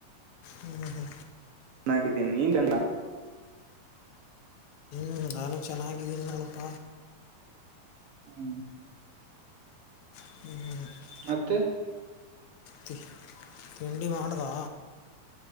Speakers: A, on the left (about 75°); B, on the right (about 60°).
A: ಹ್ಮ
B: ಚೆನ್ನಾಗಿದ್ದೀನಿದಿ ನಿನೆಲ್ಲ
A: ಹ ನಾನು ಚೆನ್ನಾಗಿದ್ದೀನಿ ನೋಡ ಪ್ಪ
B: ಹ್ಮ್
A: <inaudible>
B: ಮತ್ತೆ
A: ತಿ ತಿಂಡಿ ಮಾಡಿದ್ಯಾ